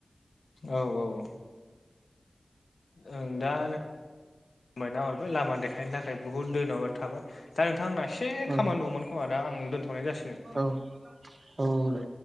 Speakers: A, on the left; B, on the right.
A: औ औ ओं दा <inaudible> मायना हरबाय लामा देखायनो थाखाय बुहुद दैन'बाद थाबाय। दा नोंथां आंना एसे
B: औ
A: खामानि दङमोन खोमा दा आं दोनथ'नाय जासिगोन
B: औ औ दे